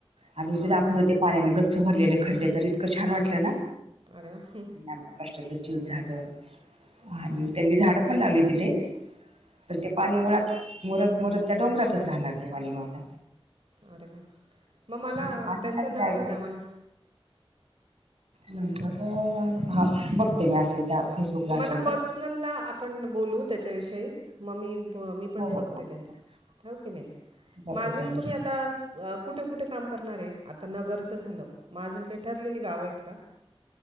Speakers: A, on the right; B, on the right.
A: आणि म
B: हां
A: तेे दाखवत होते. पाण्याने गच्च भरलेले खड्डे तर इतकं छान वाटलं ना.
B: अरे वा.
A: आमच्या कष्टाच चिज झालं आणि त्यांनी झाडं पण लावली तिथे. पण ते पाणी मुळात मुरत मुरत त्या डोंगरातच राहणार ते पाणी मग आता.
B: अरे वा मग मला
A: असं
B: त्यांचा
A: काहीतरी
B: नंबर
A: आयडिया
B: द्या मला.
A: नंबर हा बघते मी असेल त्या फेसबुकला असेल
B: मला
A: तर
B: पर्सनलला आपण बोलू त्याच्याविषयी मग ममी ब मी पण
A: हो हो
B: बघते
A: हो हो.
B: त्यांचं हो की नाही
A: जरूर
B: आजुन
A: जरूर
B: तुम्ही आता. गा कुठे कुठे काम करणार आहे, आता नगरचं झालं, मग अजून काही ठरलेली गावं आहेत का?